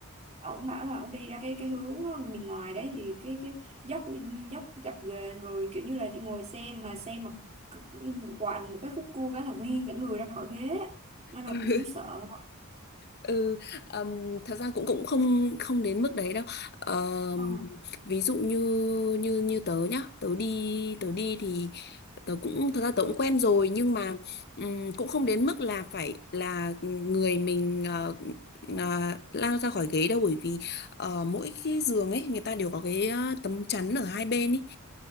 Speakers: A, on the right (about 30°); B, on the left (about 50°).
A: ông bảo là ông đi ra cái cái hướng ờ, miền ngoài đấy thì cái cái dốc dốc dập ghềnh rồi kiểu như là đi ngồi xe mà xe mà cực- quằn một cái khúc cua cái là nghiêng cả người ra khỏi ghế nên là
B: <laughs>
A: cũng sợ
B: Ừ, ừm, thật ra cũng cũng không không đến mức đấy đâu. Ờm,
A: Ờ.
B: ví dụ như như như tớ nhá, tớ đi tớ đi thì tớ cũng thật ra tớ cũng quen rồi nhưng mà ừm, cũng không đến mức là phải là người mình ờ, ờ, lao ra khỏi ghế đâu bởi vì ờ, mỗi cái giường ấy người ta đều có cái ờ, tấm chắn ở hai bên ý